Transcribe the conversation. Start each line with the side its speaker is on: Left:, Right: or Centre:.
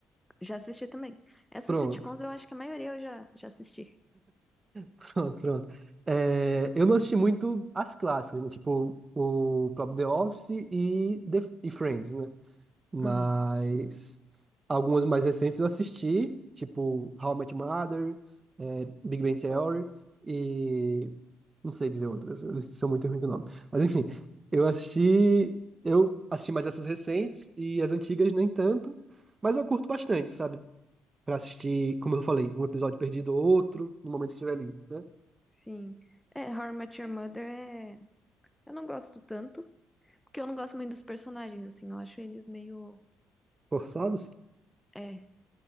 Centre: Já assisti também. Essas
Right: Pronto.
Centre: sitcoms eu acho que a maioria eu já, já assisti.
Right: Pronto, pronto. É, eu não assisti muito as clássicas, né? Tipo, o próprio The Office e, The, e Friends, né? Mas
Centre: Uhum.
Right: algumas mais recentes eu assisti, tipo How I Met Your Mother, é, Big Bang Theory e não sei dizer outras, eu sou muito ruim com o nome. Mas enfim, eu assisti, eu assisti mais essas recentes e as antigas nem tanto, mas eu curto bastante, sabe? Pra assistir, como eu falei, um episódio perdido ou outro, no momento que estiver ali, né?
Centre: Sim. É, How I Met Your Mother é. Eu não gosto tanto, porque eu não gosto muito dos personagens, assim, eu acho eles meio
Right: Forçados?
Centre: É,